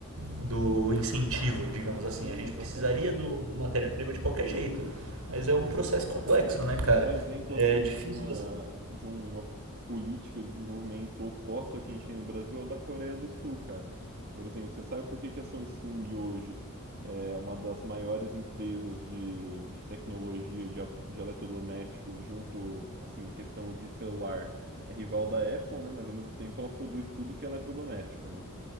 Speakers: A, on the right; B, on the right.
A: do incentivo, digamos
B: Sim,
A: assim. A gente
B: exatamente.
A: precisaria do, do matéria-prima de qualquer jeito. Mas é um processo complexo,
B: Cara,
A: né, cara?
B: um exemplo
A: É
B: assim
A: difícil
B: de uma
A: você...
B: de uma política de desenvolvimento oposta ao que a gente tem no Brasil é o da Coreia do Sul, cara. Por exemplo, você sabe por que que a Samsung hoje é uma das maiores empresas de, de tecnologia de, a- de eletrodomésticos junto, assim, em questão de celular, é rival da Apple, né? Mas ao mesmo tempo ela produz tudo que é eletrodoméstico, né?